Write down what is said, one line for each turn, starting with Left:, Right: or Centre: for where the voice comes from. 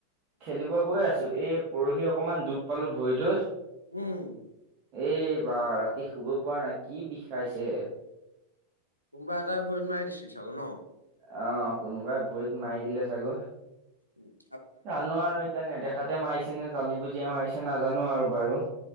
Right: খেলিব গৈ আছো, এই পৰহি অকনমান দুখ পালো ভৰিটোত।
Left: উম।
Right: এই বা ৰাতি শুব পৰা নাই কি বিষাইছে।
Left: কোনোবা এটাই ভৰিত মাই দিছিল চাগে ন?
Right: অ', কোনোবাই ভৰিত মাৰি দিলে চাগে।
Left: উম
Right: জানো আৰু এতিয়া নেদেখাতে মাৰিছে নে জানি বুজিয়ে মাৰিছে নাজানো আৰু বাৰু।